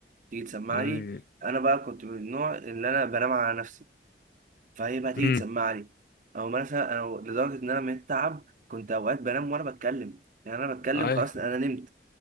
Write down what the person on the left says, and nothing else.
أمم،
أمم،
أي.